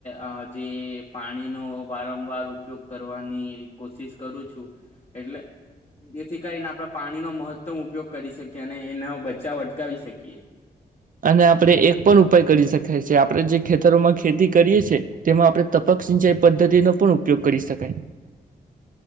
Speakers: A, on the left; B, on the right.
A: અ જે પાણીનો વારંવાર ઉપયોગ કરવાની કોશિશ કરું છું એટલે જેથી કરીને આપડે પા ણી નો મહત્તમ ઉપયોગ કરી શકીએ અને એનો બચાવ અટકાવી શકીએ.
B: અને આપણે એક પણ ઉપાય કરી શકાય છે આપણે જે ખેતરોમાં ખેતી કરીએ છીએ તેમાં આપણે તપક સિંચાઈ પદ્ધતિનો પણ ઉપયોગ કરી શકાય.